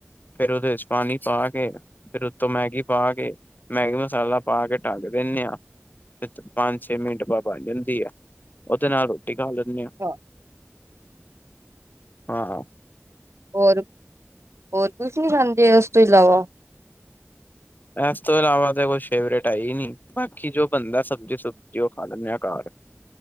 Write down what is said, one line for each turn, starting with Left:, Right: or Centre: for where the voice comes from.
Left: ਫੇਿਰ ਉਹਦੇ ਚ ਪਾਣੀ ਪਾ ਕੇ, ਫਿਰ ਉਹ ਤੋ ਮੈਗੀ ਪਾ ਕੇ ਮੈਗੀ ਮਸਾਲਾ ਪਾ ਕੇ ਢੱੱਕ ਦਿੰਦੇ ਆ। ਪੰਜ-ਛੇ ਮਿੰਟ ਬਾਅਦਬਣ ਜਾਂਦੀ ਐ, ਉਹਦੇ ਨਾਲ ਰੋਟੀ ਖਾ ਲੈਂਨੇ ਆ।
Right: ਛਾ <unintelligible>
Left: ਹਾਂ ਹਾਂ
Right: ਹੋਰ, ਹੋਰ ਕੁਛ ਨੀ ਖਾਂਦੇ, ਉਸ ਤੋਂ ਇਲਾਵਾ
Left: ਏਸ ਤੋਂ ਇਲਾਵਾ ਤਾਂ ਕੋਈ ਫੇਵਰੇਟ ਹੈ ਹੀ ਨੀ, ਬਾਕੀ ਜੋ ਬੰਦਾ ਸਬਜੀ ਸਬ ਤੇ ਉਹ ਖਾ ਲੈਂਨੇ ਆ ਘਾਰ,